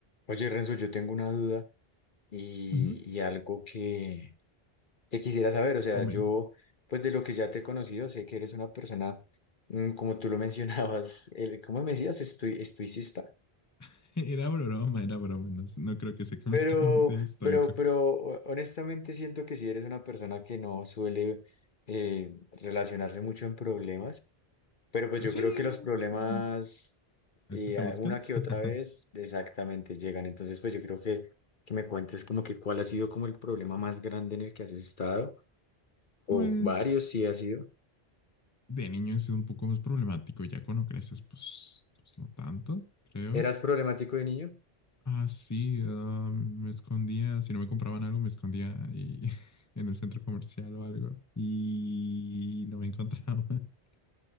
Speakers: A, on the left (about 50°); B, on the left (about 15°).
A: Oye, Renzo, yo tengo una duda y,
B: Ujú.
A: y algo que, que quisiera saber. O sea,
B: Come.
A: yo, pues de lo que ya te he conocido, sé que eres una persona, mm, como tú lo <laughs> mencionabas, el, ¿cómo me decías? Estoi- estoicista.
B: <laughs> Era broma, era broma. No, no creo que sea completamente
A: Pero,
B: estoico.
A: pero, pero ho- honestamente siento que si eres una persona que no suele eh, relacionarse mucho en problemas. Pero pues
B: Sí.
A: yo creo que los problemas
B: mm, A
A: eh,
B: veces te
A: a-
B: buscan.
A: una que
B: <laughs>
A: otra vez exactamente llegan. Entonces pues yo creo que, que me cuentes como que cuál ha sido como el problema más grande en el que has estado,
B: Pues
A: o varios sí ha sido.
B: de niño es un poco más problemático. Ya cuando creces, pues, pues no tanto, creo.
A: ¿Eras problemático de niño?
B: Ah, sí. ah, me escondía. Si no me compraban algo, me escondía y- <laughs> en el centro comercial o algo. Y no me encontraba. <laughs>